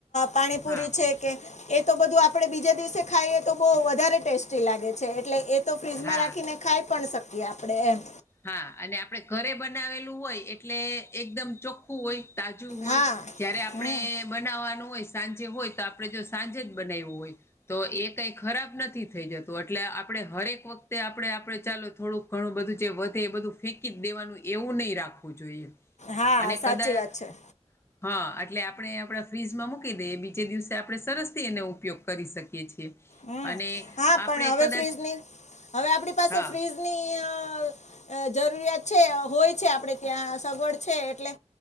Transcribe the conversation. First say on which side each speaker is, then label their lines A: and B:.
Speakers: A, on the left; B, on the left.
A: પાણીપુરી
B: હા
A: છે. કે એ તો બધું આપડે બીજા દિવસે ખાઈએ, તો બહ વધારે ટેસ્ટી લાગે છે, એટલે એ તો ફ્રીજમાં
B: હા
A: રાખીને ખાઈ પણ શકીએ આપડે એમ.
B: હા, અને આપડે ઘરે બનાવેલું હોય, એટલે એકદમ ચોખ ખું હોય, તાજું હોય,
A: હા
B: જય્યારે આપણે.
A: હમ
B: બનાવવાનું હોય, સાંજે હોય તો આપડે જો સાંજેજ બનાવયુ હોય. તો એ કાઈ ખરાબ નથી થઈ જત તો એટલે આપડે હરેક વખતે આપડે આપડે ચાલો થોડુંક ઘણું બધું જે વ તે બધું ફેંકી દેવાનું, એવું નહી રાખવું જોઈએ,
A: હા
B: અને
A: સાચી
B: કદાચ.
A: વાત છે
B: હા એટલે આપડે આપણા ફ્રીજમાં મૂકી દઈએ, બીજે દિવસે આપણે સરસથી એનો ઉપયોગ કરી શકીએ છીએ.
A: હમ
B: અને.
A: હા
B: આપણે
A: પણ હવે
B: કદાચ
A: ફ્રીજની, હવે આપણી પાસે
B: હા
A: ફ્રીઝની અ અ જરૂરિયાત છે, હોય છે આપડે ત્યાં, સગવડ છે એટલે.